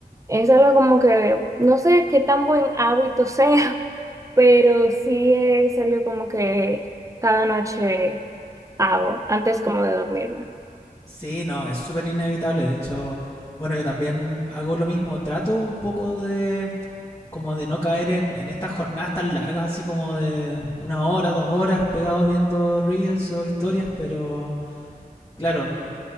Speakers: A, on the right; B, on the left.
A: Es algo como que no sé qué tan buen hábito sea, <laughs> pero sí es algo como que cada noche hago antes como de dormirme.
B: Sí, no, es súper inevitable. De hecho, bueno, yo también hago lo mismo. Trato un poco de, como de no caer en, en estas jornadas tan largas, así como de una hora, dos horas pegado viendo reels o historias, pero... Claro, n-